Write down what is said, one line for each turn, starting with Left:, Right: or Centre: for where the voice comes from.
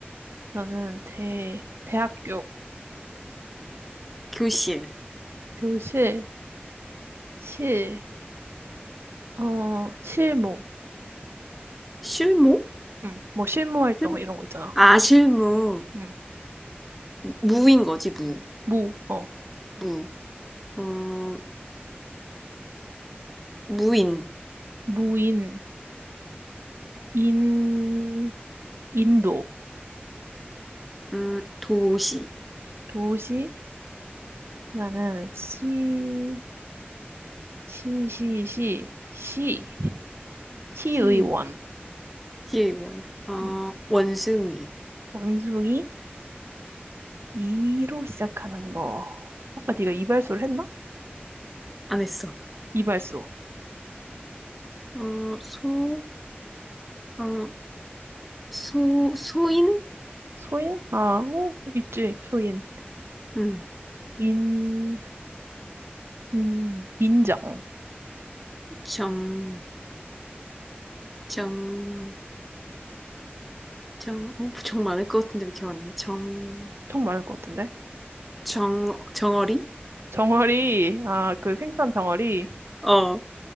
Right: 나는 대, 대학교,
Centre: 교실,
Right: 교실, 실, 어, 실무,
Centre: 실무?
Right: 음, 뭐 실무 활동
Centre: 실무?
Right: 이런 거 있잖아.
Centre: 아, 실무.
Right: 음,
Centre: 무인 거지, 무.
Right: 무, 어,
Centre: 무. 어, 무인.
Right: 무인, 인, 인도,
Centre: 음, 도시,
Right: 도시, 나는 시, 시, 시, 시, 시, 시의원.
Centre: 시, 시의 원, 어,
Right: 음.
Centre: 원숭이,
Right: 원숭이 이로 시작하는 거. 아까 네가 이발소를 했나?
Centre: 안 했어.
Right: 이발소.
Centre: 어, 소, 어, 소, 소인?
Right: 소인? 아, 어, 있지. 소인.
Centre: 음,
Right: 인, 인, 인정.
Centre: 정, 정, 정, 어, 정 많을 것 같은데 왜 기억 안 나? 정,
Right: 청 많을 것 같은데.
Centre: 정, 정어리?
Right: 정어리. 아, 그 생선 정어리.
Centre: 어,